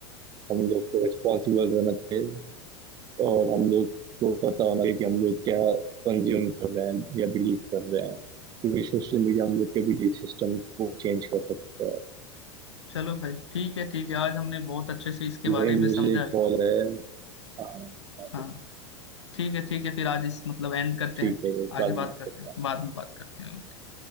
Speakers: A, on the right; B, on the left.
A: हम लोग को रिस्पॉन्सिबल रहना चाहिए और हम लोग को पता होना चाहिए कि हम लोग क्या कंज्यूम कर रहे हैं या बिलीव कर रहे हैं क्योंकि सोशल मीडिया हम लोग के बिलीव सिस्टम को चेंज कर सकता है
B: चलो भाई ठीक है ठीक है आज हमने बहुत अच्छे से इसके
A: वही
B: बारे में
A: मुझे
B: समझा है
A: कॉल है हाँ, हाँ,
B: हाँ ठीक है ठीक है फिर आज इस मतलब एंड करते
A: ठीक
B: हैं
A: है वो
B: आगे
A: बाद में
B: बात
A: बात
B: करते
A: करता
B: हैं
A: हूँ
B: बाद में बात करते हैं ओके